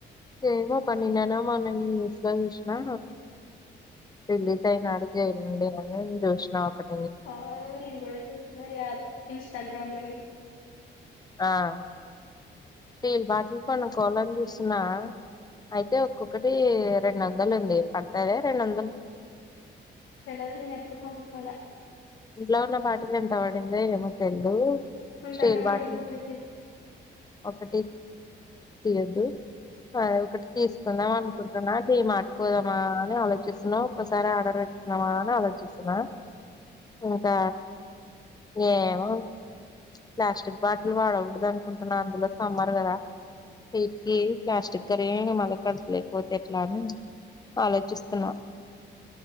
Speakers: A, on the left; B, on the left.
A: ఏమో పన్నినానా మా నన్న న్యూస్ లో చూసినా రిలీజ్ అయినాడు. జైలు నుండి అని చూసిన. ఒకట్
B: ఆ నేను కూడా చూసిన యాదవ్ ఇన్స్టాగ్రామ్ లో
A: ఆ స్టీల్ బాటిల్ కొనుక్కోవాలని చూస్తున్నా. అయితే ఒక్కొక్కటి రెండు వందలుంది. పడతద రెండు వందల్
B: తెలవదు నేను ఎప్పుడు కొనుక్కోల
A: ఇంట్లో ఉన్న బాటిల్ ఎంత పడింది ఏమో తెలి దు.
B: సొంత
A: స్టీల్ బాటిల్
B: అడుగుతుంది
A: ఒకటి ఏంది ఆ ఒకటి తీసు కొందాం అనుకుంటున్నా డిమార్ట్, పోదామా అని ఆలోచిస్తున్న, ఒక్కసారి ఆర్డర్ పెట్టుకుందామా అని ఆలోచిస్తున్నా, ఇంకా ఏమ ప్లాస్టిక్ బాటిల్ వాడకూడదు అనుకుంటున్నా, అందులో సమ్మర్ కదా వీటికి ప్లాస్టిక్ కరిగి మళ్ళ కరిగి పోతే ఎట్లా అని ఆలోచిస్తున్నా.